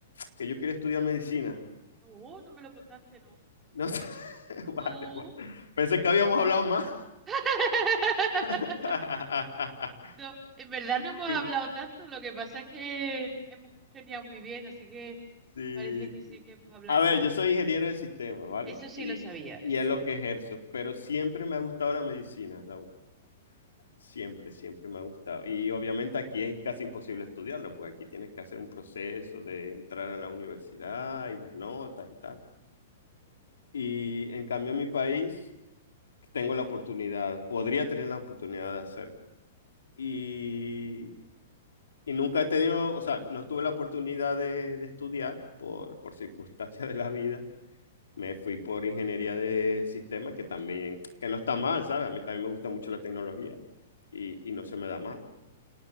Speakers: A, on the left; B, on the right.
A: que yo quería estudiar medicina.
B: No, no me lo contaste, no.
A: No sé. <laughs> Vale,
B: No.
A: vale. Pensé que habíamos hablado más.
B: <laughs>
A: <laughs>
B: No, en verdad no hemos hablado
A: Sí,
B: tanto, lo que pasa es que hemos congeniado muy bien, así que
A: sí.
B: parece que sí que hemos hablado
A: A ver,
B: más.
A: yo soy ingeniero de sistemas, ¿vale?
B: Eso sí
A: Y,
B: lo sabía,
A: y
B: eso
A: es
B: sí
A: lo
B: lo sabía.
A: que ejerzo, pero siempre me ha gustado la medicina, Laura. Siempre, siempre me ha gustado. Y obviamente aquí es casi imposible estudiarlo, porque aquí tienes que hacer un proceso de entrar a la universidad y las notas y tal. Y en cambio en mi país tengo la oportunidad, podría tener la oportunidad de hacerlo. Y y nunca he tenido, o sea, no tuve la oportunidad de, de estudiar por, por circunstancias de la vida. Me fui por ingeniería de sistemas, que también, que no está mal, ¿sabes? A mí también me gusta mucho la tecnología y, y no se me da mal.